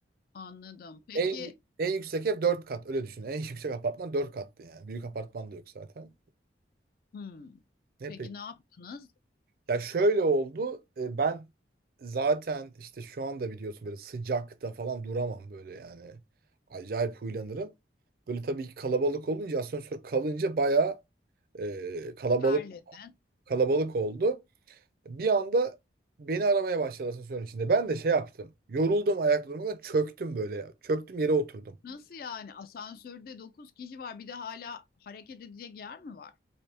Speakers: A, on the left; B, on the right.
A: Anladım. Peki
B: En, en yüksek ev 4 kat öyle düşün. En <laughs> yüksek apartman dört kattı yani. Büyük apartman da yok zaten.
A: hmm.
B: Ne
A: Peki
B: peki?
A: ne yaptınız?
B: Ya şöyle oldu. e, Ben zaten işte şu anda biliyorsun böyle sıcakta falan duramam böyle yani. Acayip huylanırım. Böyle tabii ki kalabalık olunca asansör kalınca bayağı e, kalabalık
A: Terledin.
B: kalabalık oldu. Bir anda beni aramaya başladı asansörün içinde. Ben de şey yaptım. Yoruldum ayakta durmaktan çöktüm böyle. Çöktüm yere oturdum.
A: Nasıl yani? Asansörde 9 kişi var. Bir de hala hareket edecek yer mi var?